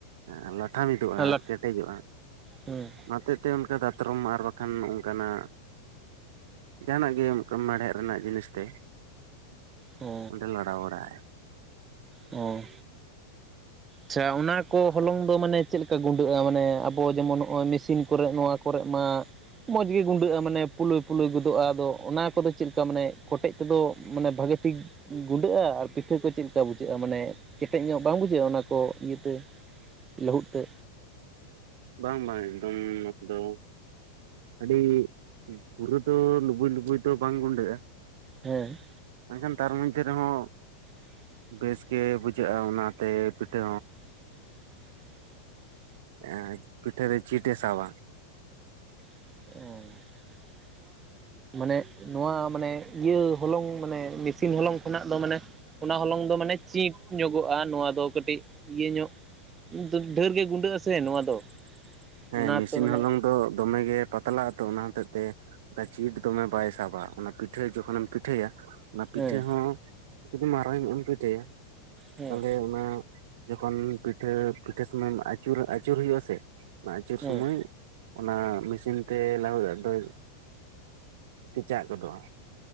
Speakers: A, on the right; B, on the right.
A: ᱮᱸ ᱞᱟᱴᱷᱟ ᱢᱤᱫᱩᱜ-ᱟ
B: ᱦᱮᱸ
A: ᱟᱨ ᱠᱮᱴᱮᱡᱚᱜ-ᱟ᱾
B: ᱦᱮᱸ ᱦᱮᱸ
A: ᱚᱱᱟ ᱦᱚᱛᱮᱡ ᱛᱮ ᱚᱱᱠᱟ ᱫᱟᱛᱨᱚᱢ ᱟᱨ ᱵᱟᱠᱷᱟᱱ ᱚᱱᱠᱟᱱᱟᱜ ᱡᱟᱦᱟᱸᱱᱟᱜ ᱜᱮ ᱚᱱᱠᱟ ᱢᱮᱬᱦᱮᱜ ᱨᱮᱱᱟᱜ ᱡᱤᱱᱤᱥ ᱛᱮ
B: ᱚ
A: ᱚᱸᱰᱮ ᱞᱟᱲᱟᱣ ᱵᱟᱲᱟᱜ-ᱟᱭ᱾
B: ᱚᱻ ᱟᱪᱪᱷᱟ ᱚᱱᱟ ᱠᱚ ᱦᱚᱞᱚᱝ ᱫᱚ ᱢᱟᱱᱮ ᱪᱮᱜ ᱞᱮᱠᱟ ᱜᱩᱸᱰᱟᱹᱜ-ᱟ? ᱢᱟᱱᱮ ᱟᱵᱚ ᱡᱮᱢᱚᱱ ᱱᱚᱜ-ᱚᱭ ᱢᱮᱥᱤᱱ ᱠᱚᱨᱮᱜ ᱱᱚᱣᱟ ᱠᱚᱨᱮᱜ ᱢᱟ ᱢᱚᱡᱽ ᱜᱮ ᱜᱩᱸᱰᱟᱹᱜ-ᱟ ᱢᱟᱱᱮ ᱯᱩᱞᱩᱞᱟᱹ ᱯᱩᱞᱩᱞᱟᱹ ᱜᱚᱫᱚᱜ-ᱟ ᱟᱫᱚ ᱚᱱᱟ ᱠᱚᱫᱚ ᱪᱮᱜ ᱞᱮᱠᱟ ᱢᱟᱱᱮ ᱠᱚᱴᱮᱡ ᱛᱮᱫᱚ ᱢᱟᱱᱮ ᱵᱷᱟᱜᱮ ᱴᱷᱤᱠ ᱜᱩᱸᱰᱟᱹᱜ-ᱟ ᱟᱨ ᱯᱤᱴᱷᱟᱹ ᱠᱚ ᱪᱮᱜ ᱞᱮᱠᱟ ᱵᱩᱡᱷᱟᱹᱜ-ᱟ ᱢᱟᱱᱮ ᱠᱮᱴᱮᱡ ᱧᱚᱜ ᱵᱟᱝ ᱵᱩᱡᱷᱟᱹᱜ-ᱟ ᱚᱱᱟ? ᱠᱚ ᱤᱭᱟᱹ ᱛᱮ ᱞᱟᱹᱦᱩᱫ ᱛᱮ᱾
A: ᱵᱟᱝ ᱵᱟᱝ ᱮᱠᱫᱚᱢ <unintelligible> ᱟᱹᱰᱤ ᱯᱩᱨᱟᱹ ᱫᱚ ᱞᱩᱵᱩᱭ ᱞᱩᱵᱩᱭ ᱫᱚ ᱵᱟᱝ ᱜᱩᱸᱰᱟᱹᱜ-ᱟ᱾
B: ᱦᱮᱸ᱾
A: ᱢᱮᱱᱠᱷᱟᱱ ᱛᱟᱨ ᱢᱚᱡᱽᱫᱷᱮ ᱨᱮᱦᱚᱸ
B: <unintelligible>
A: ᱵᱮᱥ ᱜᱮ ᱵᱩᱡᱷᱟᱹᱜᱼᱟ ᱚᱱᱟᱛᱮ ᱯᱤᱴᱷᱟᱹ ᱮᱸ ᱯᱤᱴᱷᱟᱹ ᱨᱮ ᱪᱤᱴ ᱮ ᱥᱟᱵᱟ᱾
B: ᱚ ᱢᱟᱱᱮ ᱱᱚᱣᱟ ᱢᱟᱱᱮ ᱤᱭᱟᱹ ᱦᱚᱞᱚᱝ ᱢᱟᱱᱮ ᱢᱮᱥᱤᱱ ᱦᱚᱞᱚᱝ ᱠᱷᱚᱱᱟᱜ ᱫᱚ ᱢᱟᱱᱮ ᱚᱱᱟ ᱦᱚᱞᱚᱝ ᱫᱚ ᱢᱟᱱᱮ ᱪᱤᱴ ᱧᱚᱜᱚᱜ-ᱟ ᱱᱚᱣᱟ ᱫᱚ ᱠᱟᱹᱴᱤᱡ ᱤᱭᱟᱹ ᱧᱚᱜ ᱰᱷᱮᱨ ᱜᱮ ᱜᱩᱸᱰᱟᱹᱜ-ᱟ ᱥᱮ ᱱᱚᱣᱟ ᱫᱚ᱾
A: ᱦᱮᱸ
B: ᱚᱱᱟᱛᱮ
A: ᱢᱮᱥᱤᱱ
B: ᱢᱟᱱᱮ
A: ᱦᱚᱞᱚᱝ ᱫᱚ ᱫᱚᱢᱮ ᱜᱮ ᱯᱟᱛᱞᱟᱜ ᱟᱛᱚ ᱚᱱᱟ ᱦᱚᱛᱮᱡ ᱛᱮ ᱪᱤᱴ ᱫᱚᱢᱮ ᱵᱟᱭ ᱥᱟᱵᱟ ᱚᱱᱟ ᱯᱤᱴᱷᱟᱹ ᱡᱚᱠᱷᱚᱱᱮᱢ ᱯᱤᱴᱷᱟᱹᱭᱟ᱾ ᱚᱱᱟ ᱯᱤᱴᱷᱟᱹ
B: ᱦᱮᱸ
A: ᱦᱚᱸ ᱡᱩᱫᱤ ᱢᱟᱨᱟᱝ ᱧᱚᱜ ᱮᱢ ᱯᱤᱴᱷᱟᱹᱭᱟ
B: ᱦᱮᱸ
A: ᱛᱟᱦᱞᱮ ᱚᱱᱟ ᱡᱚᱠᱷᱚᱱ ᱯᱤᱴᱷᱟᱹ ᱯᱤᱴᱷᱟᱹ ᱥᱚᱢᱚᱭ ᱮᱢ ᱟᱹᱪᱩᱨᱟ ᱟᱹᱪᱩᱨ ᱦᱩᱭᱩᱜ-ᱟ ᱥᱮ ᱚᱱᱟ ᱟᱹᱪᱩᱨ
B: ᱦᱮᱸ
A: ᱥᱚᱢᱚᱭ ᱚᱱᱟ ᱢᱮᱥᱤᱱ ᱛᱮ ᱞᱟᱹᱦᱩᱫ-ᱟᱜ ᱫᱚᱭ ᱠᱮᱪᱟᱜ ᱜᱚᱫᱚᱜ-ᱟ᱾